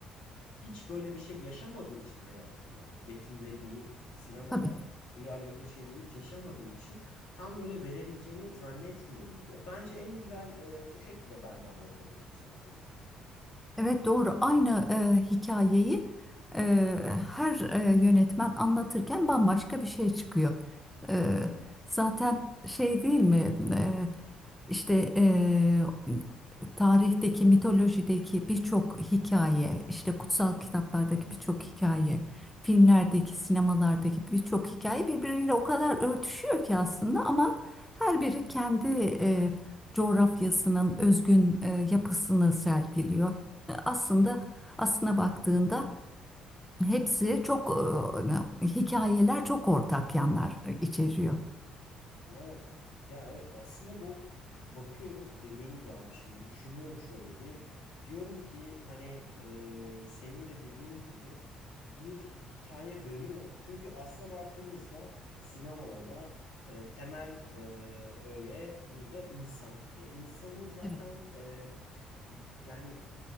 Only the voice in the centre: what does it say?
Tabii.
Evet doğru. Aynı e, hikayeyi e, her e, yönetmen anlatırken bambaşka bir şey çıkıyor. E, zaten şey değil mi? E, işte e, tarihteki, mitolojideki birçok hikaye, işte kutsal kitaplardaki birçok hikaye, filmlerdeki, sinemalardaki birçok hikaye birbiriyle o kadar örtüşüyor ki aslında ama her biri kendi e, coğrafyasının özgün e, yapısını sergiliyor aslında aslına baktığında hepsi çok e, hani, hikayeler çok ortak yanlar içeriyor.
Evet.